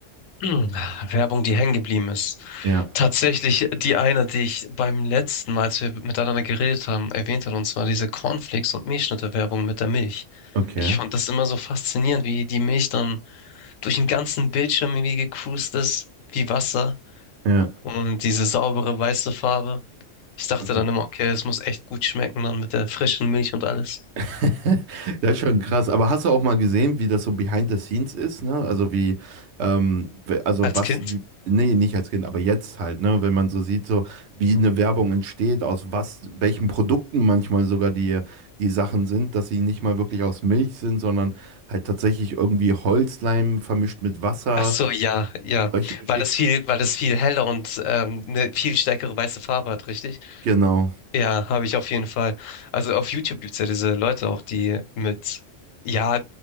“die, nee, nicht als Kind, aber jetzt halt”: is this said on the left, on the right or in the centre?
Right